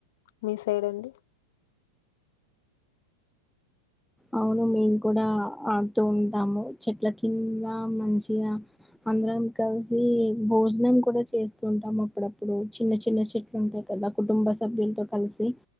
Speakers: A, on the left; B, in the centre.
A: మీ సైడ్ అండి
B: అవును మేము కూడా ఆడుతూ ఉంటాము చెట్లకి ఇంగ మంచిగా అందరం కల్సి భోజనం కూడా చేస్తుంటాం అప్పుడ డప్పుడు చిన్న చిన్న చెట్లు ఉంటాయి కదా కుటుంబ సభ్యుల్తో కల్సి